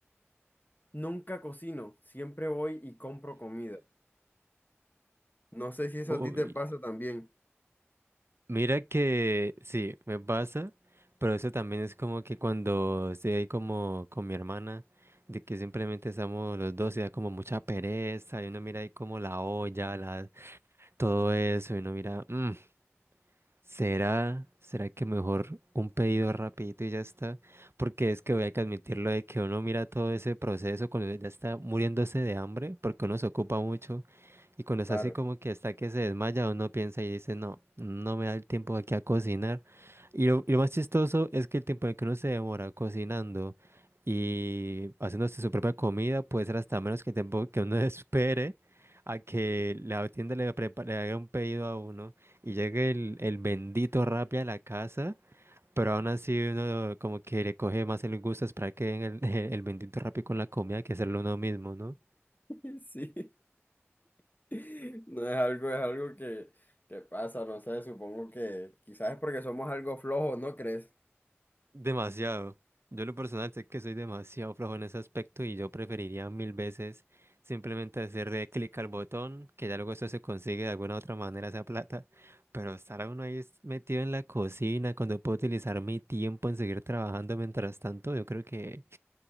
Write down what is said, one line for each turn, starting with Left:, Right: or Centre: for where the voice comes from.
Left: nunca cocino, siempre voy y compro comida. No sé si eso
Right: Uy,
Left: a ti te pasa también.
Right: Mira que sí, me pasa, pero eso también es como que cuando estoy ahí como con mi hermana, de que simplemente estamos los dos y da como mucha pereza, y uno mira ahí como la olla, la, todo eso, y uno mira, "Mm". ¿Será, será que mejor un pedido rapidito y ya está? Porque es que voy a que admitirlo de que uno mira todo ese proceso cuando ya está muriéndose de hambre, porque uno se ocupa mucho y cuando está
Left: Claro.
Right: así como que está que se desmaya, uno piensa y dice, no, no me da el tiempo aquí a cocinar. Y lo, y lo más chistoso es que el tiempo en el que uno se demora cocinando y haciéndose su propia comida puede ser hasta menos que el tiempo que uno <laughs> espere a que la tienda le, prepa- le haga un pedido a uno. Y llega el, el bendito Rappi a la casa, pero aún así uno como que le coge más el gusto esperar que venga el, <laughs> el bendito Rappi con la comida que hacerlo uno mismo, ¿no?
Left: <laughs> Sí, <laughs> no es algo, es algo que, que pasa, no sé, supongo que quizás es porque somos algo flojos, ¿no crees?
Right: Demasiado. Yo en lo personal sé que soy demasiado flojo en ese aspecto y yo preferiría mil veces simplemente hacerle clic al botón, que ya luego eso se consigue de alguna otra manera esa plata, pero estar uno ahí es- metido en la cocina cuando puedo utilizar mi tiempo en seguir trabajando mientras tanto, yo creo que